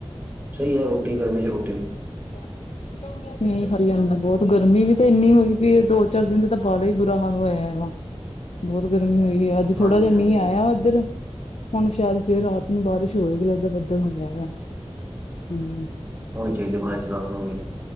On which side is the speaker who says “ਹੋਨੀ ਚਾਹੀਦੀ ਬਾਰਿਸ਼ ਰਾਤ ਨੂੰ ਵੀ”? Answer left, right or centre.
Right